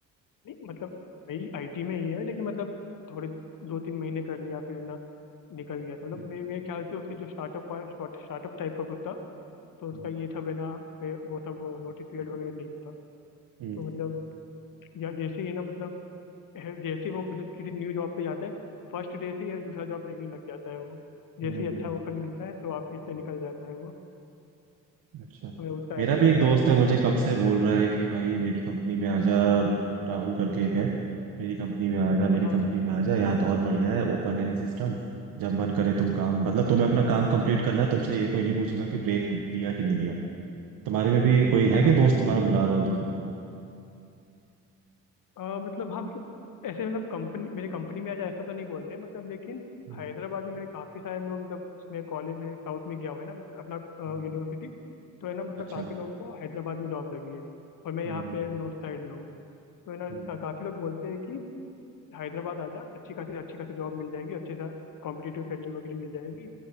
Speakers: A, on the left (about 65°); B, on the right (about 70°).
A: नहीं मतलब मेरी आईटी में ही है लेकिन मतलब थोड़े दो तीन महीने कर लिया फिर ना निकल गया था मतलब
B: हम्म,
A: मे मेरे ख्याल से उसके जो स्टार्टअप स्टार्टअप टाइप का कुछ था तो उसका
B: हम्म,
A: ये था बिना पे वो सब नोटिस पीरियड वगैरह नहीं होता
B: हम्म,
A: तो मतलब या जैसे ही है ना मतलब <laughs> जैसे ही वो अपने किसी न्यू जॉब पे जाता है फर्स्ट डे से ही या दूसरा जॉब देखने लग जाता है वो जैसे
B: हम्म, हम्म,
A: ही अच्छा ऑफर मिलता है तो वापिस से निकल जाता है वो
B: अच्छा
A: तो उसका
B: मेरा
A: ऐसा चल
B: भी एक दोस्त
A: रहा है
B: है मुझे कब से बोल रहा है कि भाई मेरी कंपनी में आ जा राहुल करके एक है मेरी कंपनी में आ जा मेरी
A: हाँ
B: कंपनी में आ जा यहाँ बहुत बढ़िया है ओपन है सिस्टम जब मन करे तुम काम मतलब तुम्हें अपना काम कंप्लीट करना है तुमसे ये कोई नहीं पूछेगा कि ब्रेक लिया कि नहीं लिया तुम्हारे में भी कोई है
A: हाँ
B: क्या दोस्त तुम्हारा बुला रहा हो जो तुमको
A: आ, मतलब हाँ मतलब ऐसे मतलब कंपनी मेरे कंपनी में आज ऐसा तो नहीं बोल रहे मतलब लेकिन
B: हम्म,
A: हैदराबाद में मेरे काफ़ी सारे लोग मतलब मैं कॉलेज में साउथ में गया हुआ है ना मतलब अपना
B: हम्म।
A: यूनिवर्सिटी तो है ना मतलब
B: अच्छा
A: काफ़ी लोग को हैदराबाद में जॉब लगी है और मैं यहाँ
B: हम्म
A: पे
B: हम्म,
A: नॉर्थ साइड में हूँ तो है ना
B: हम्म,
A: काफ़ी लोग बोलते हैं कि हैदराबाद आ जा अच्छी खासी अच्छी खासी जॉब मिल जाएगी अच्छे सा कॉम्पिटिटिव सैलरी वगैरह मिल जाएगी